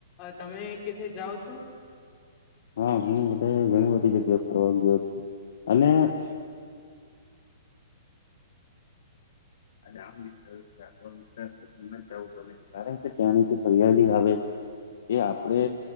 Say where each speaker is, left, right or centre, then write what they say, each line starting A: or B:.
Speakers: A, on the left (about 35°); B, on the left (about 65°).
A: તમે કેથે જાઓ છો?
B: હા હું બધ ઘણી બધી જગ્યા ફરવાની ગયો છુ. અને <inaudible> અને આમ વિચારુ છે આપ <unintelligible> ગમે. કારણ કે ત્યાંની જે ફરિયાળી આવે છે એ આપડે